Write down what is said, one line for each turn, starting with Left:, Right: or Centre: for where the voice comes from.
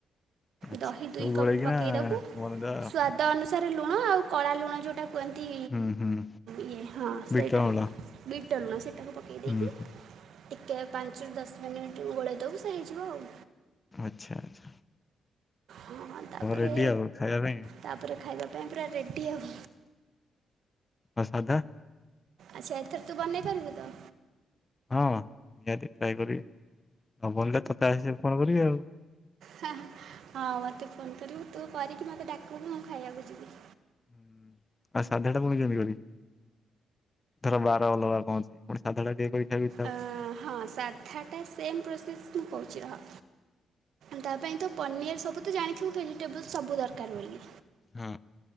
Left: ଆଚ୍ଛା।
Right: ଦହି
Left: ସବୁ
Right: ଦୁଇ
Left: ଗୋଳେଇକିନା
Right: କପ୍ ପକେଇଦବୁ
Left: ବନେଇଦବା ଆଉ
Right: ସ୍ୱା ଦ, ଅନୁସାରେ ଲୁଣ ଆଉ କଳା ଲୁଣ ଯେଉଁଟା କୁହନ୍ତି
Left: ହୁଁ ହୁଁ
Right: ଇଏ ହଁ ସେଇଟା
Left: ବିଟ ଅମଳ
Right: ବିଟଲୁଣ ସେଇଟାକୁ ପକାଇ
Left: ହୁଁ
Right: ଦେଇକି ଟିକେ ପାଞ୍ଚରୁ ଦଶ ମିନିଟ୍ ଗୋଳେଇ ଦବୁ ସେ ହେଇଯିବ ଆଉ।
Left: ଆଚ୍ଛା ଆଚ୍ଛା।
Right: ହଁ ତାପରେ,
Left: ରେଡି ଆଉ ଖାଇବା ପାଇଁ।
Right: ତାପରେ ଖାଇବା ପାଇଁ ପୁରା ରେଡ଼ି ଆଉ।
Left: ଆଉ ସାଧା?
Right: ଆଚ୍ଛା ଏଥର ତୁ ବନେଇ କରିବୁ ତ?
Left: ହଁ ନିହାତି ଟ୍ରାଏ କରିବି, ନ ବନିଲେ ତତେ ଆସି ଫୋନ୍ କରିବି ଆଉ।
Right: ହାଁ, ହଁ ବା ତୁ ଫୋନ୍ କରିବୁ ତୁ କରିକି ମୋତେ ଡାକିବୁ ମୁଁ ଖାଇବାକୁ ଯିବି।
Left: ହୁଁ। ଆଉ ସାଧା ଟା ମୁ କେମିତି କରିବି? ଧର ବାର ଅଲଗା କଣ ଅଛି, ପୁଣି ସାଧା ଟା କିଏ କରିକି ଖାଇବେକି।
Right: ଅଁ ହଁ ସାଧଟା ସେମ୍ ପ୍ରୋସେସ୍ ମୁଁ କହୁଛି ରହ ତା ପାଇଁ ତ ପନିୟାର ସବୁ ତ ଜାଣିଥିବୁ ଭେଜିଟେବୁଲ୍ ସବୁ ଦରକାର ବୋଲି।
Left: ହଁ